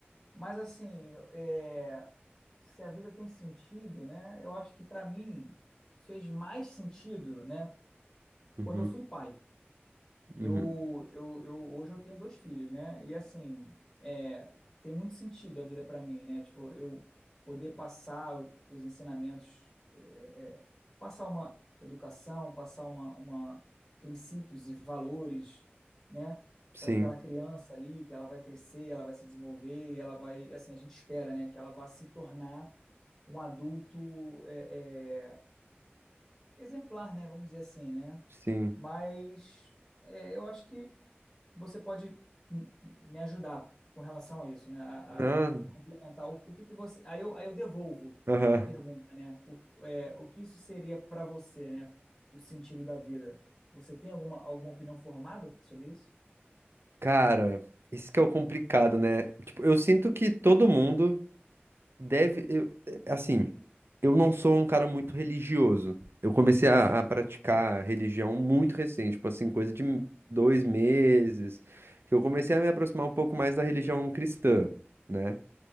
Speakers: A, on the left; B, on the right.
A: Mas, assim, é, se a vida tem sentido, né? Eu acho que pra mim fez mais sentido, né?
B: Uhum,
A: quando eu fui pai.
B: uhum.
A: Eu, eu, eu hoje eu tenho dois filhos, né? E assim, é, tem muito sentido a vida para mim, né? Tipo, eu poder passar os ensinamentos, é, é, passar uma educação, passar uma, uma princípios e valores, né?
B: Sim,
A: Para aquela criança ali, que ela vai crescer, ela vai se desenvolver, e ela vai, assim, a gente espera, né? Que ela vá se tornar um adulto é, é, exemplar, né? Vamos dizer assim, né?
B: sim.
A: Mas é, eu acho que você pode m- me ajudar com relação a isso, né? A,
B: Ah,
A: a- a complementar. O, o que que você. Aí eu, aí eu devolvo
B: aham.
A: a pergunta, né? O, que- é, o que isso seria para você, né? O sentido da vida. Você tem alguma, alguma opinião formada sobre isso?
B: Cara, isso que é o complicado, né? Tipo, eu sinto que todo mundo deve. eu- eh, assim, eu não sou um cara muito religioso. Eu comecei a, a praticar religião muito recente, tipo assim, coisa de dois meses, que eu comecei a me aproximar um pouco mais da religião cristã, né?